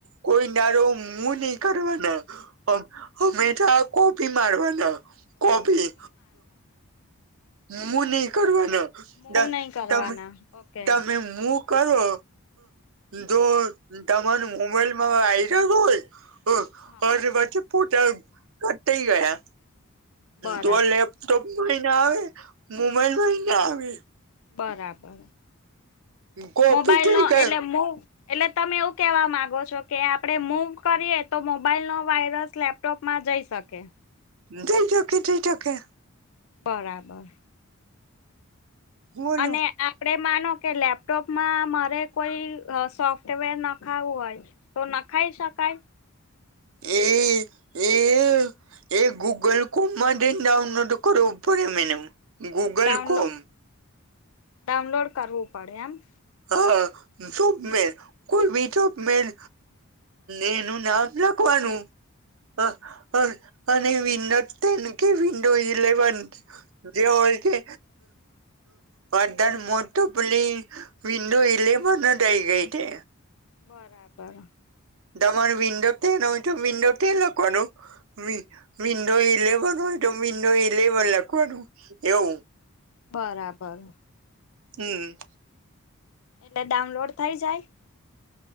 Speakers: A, on the right; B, on the left.
A: કોઈ નારો મુું નહી કરવાના, હમેશા કોપી મારવાના. કોપી, મૂવ નહી કરવાના.
B: મૂવ
A: ત
B: નહી કરવાના
A: તમે
B: ઓકે
A: તમે મૂવ કરો જો તમાને મોબાઈલમાં વાઇરસ હોય <inaudible>
B: હા
A: વછ પૂટા કતા ગયા.
B: બરાબર
A: જો લેપટોપમાંય ના આવે મોબાઈલ માય ના આવે.
B: બરાબર.
A: કોપી
B: મોબાઈલ
A: થઈ
B: નો
A: ગયો
B: એટલે મો એટલે તમે એવું કેવા માંગો છો કે આપડે મૂવ કરીએ તો મોબાઈલ નો વાયરસ લેપ ટોપમાં જઈ શકે?
A: જઈ શકે જઇ શકે.
B: બરાબર.
A: બોલો
B: અને આપડે માનો કે લેપટોપમાં મારે કોઈ સોફ્ટવેર નખાવું હોય તો નખાય શકાય?
A: એ એ એ ગૂગલ ક્રોમમાં જઈને ડાઉનલોડ કરવું પડે madam Google
B: download
A: Chrome.
B: Download કરવું પડે એમ?
A: હા સપમેલ કોઈ બીમેલ એનું નામ લખવાનું હા અને વિન્ડો ટેન કે વિન્ડો ઇલેવન જે હોય તે વાધણ મોતો પલી વિંડો ઇલેવન જ આઈ જાય છે.
B: બરાબર.
A: તમાર વિન્ડો ટેન હોય તો વિન્ડો ટેન લખવાનુ વી વિન્ડો ઇલેવન હોય તો વિંડો ઇલેવન લખવાનુ એવુ
B: બરાબર
A: હમ્મ
B: એટલે ડાઉનલોડ થઈ જાય.